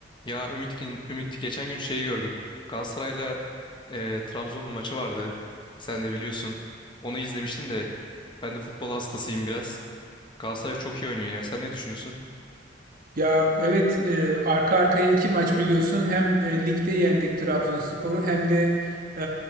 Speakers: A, on the left; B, on the right.
A: Ya Ümit, Ümit geçen gün şeyi gördüm. Galatasaray'la e, Trabzon'un maçı vardı. Sen de biliyorsun. Onu izlemiştim de ben de futbol hastasıyım biraz. Galatasaray çok iyi oynuyor ya. Sen ne düşünüyorsun?
B: Ya evet e, arka arkaya iki maç biliyorsun. Hem e, ligde yendik Trabzonspor'u hem de e,